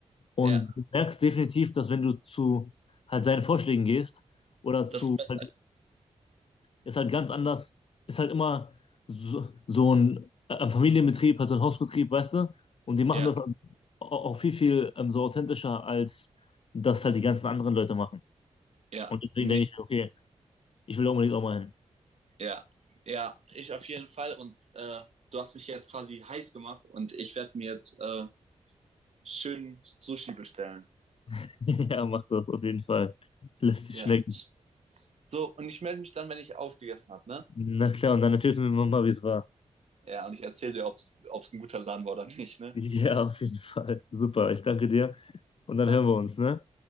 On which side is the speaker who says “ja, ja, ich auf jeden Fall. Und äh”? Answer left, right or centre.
Right